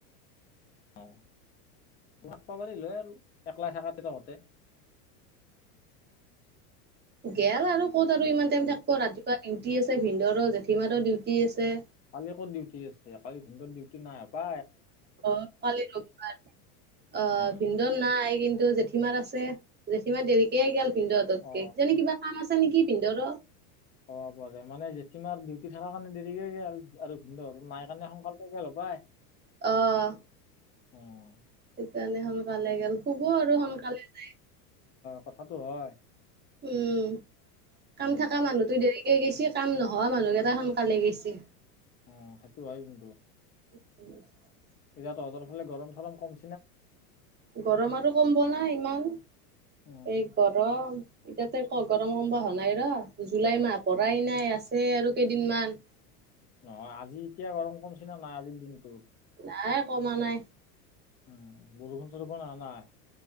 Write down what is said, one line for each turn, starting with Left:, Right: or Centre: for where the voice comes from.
Left: অ লগ পাব দিলে লয় আৰু একলাই থকাতে তহঁতে
Right: গেল আৰু ক'ত আৰু ইমান টাইম থাকিব ৰাতিপুৱা ডিউটি আছে ভিনন্দৰো জেঠিমাৰৰো ডিউটি আছে
Left: কালি ক'ত ডিউটি আছে কালি ভিনত ডিউটি নাই হপা
Right: অ পোৱাল ৰবিবাৰ অ
Left: উম
Right: ভিনদও নাই কিন্তু জেঠীমাৰ আছে জেঠীমাৰ দেৰিকে গল ভিন্দৰ হতঁতকে
Left: অ
Right: তোন কিবা কাম আছে নেকি ভিন্দৰ
Left: কব প মান জেঠমাৰ ডিউটি থকা কাৰণে দেৰিকে গল আৰু ভিন্ নাই কাৰণে সোনকালে গেল। বাই
Right: আহ।
Left: অ'।
Right: সেইকাৰণে সোনকালে গল শুব আৰু সোনকালে যায়।
Left: কথাতটো হয়।
Right: উম
Left: উম
Right: কাম থকা মানুহটোো দেৰি গেছি কাম নহয় মানুহকেইটা সোনকালে গেছে
Left: অ সেইটো হয় কিন্তু
Right: <unintelligible>
Left: ইয়াত তঁহতৰ ফালে গৰম চৰম কম
Right: গৰম আৰু কম ব নাই ইমান
Left: উম
Right: এই গৰম এতিয়াতে ক গৰম কম প হোৱা নাই ৰ জুলাই মাহ পৰাই নাই আছে আৰু কেইদিনমান
Left: নহয় আজি এতিয়া গৰম কমচিনা নাই আজিৰ দিনটোত
Right: নাই কমা নাই
Left: উম বৰষুণ চৰষুণ অহা নাই